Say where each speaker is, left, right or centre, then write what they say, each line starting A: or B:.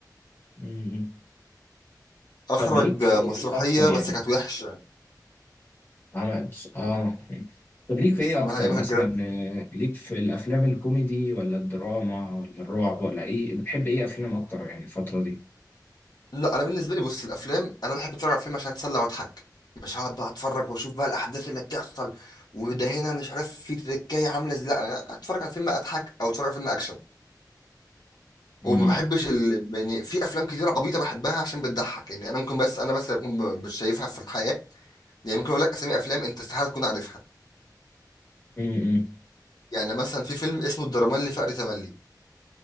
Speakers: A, on the left; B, on the left.
A: امم
B: اخرج
A: طب ليك في
B: مسرحيه
A: ايه اكتر يعني
B: بس كانت وحشه
A: عمل اه طب ليك في
B: اسمها
A: ايه اكتر
B: ياما
A: مثلا
B: في الجيران
A: آه، ليك في الافلام الكوميدي ولا الدراما ولا الرعب ولا ايه بتحب ايه افلام اكتر يعني الفترة دي
B: لا انا بالنسبه لي بص الافلام انا بحب اتفرج على فيلم عشان اتسلى واضحك مش هقعد بقى اتفرج واشوف بقى الاحداث اللي بتحصل وده هنا مش عارف في تركايه عامله ازاي لا أنا اتفرج على فيلم اضحك او اتفرج على فيلم اكشن
A: امم
B: وما بحبش ال... يعني في افلام كتيره عبيطه بحبها عشان بتضحك يعني انا ممكن بس انا بس اللي اكون ب- مش شايفها في الحياه يعني ممكن اقول لك اسامي افلام انت استحاله تكون عارفها
A: امم
B: يعني مثلا في فيلم اسمه الدرمالي فقر تملي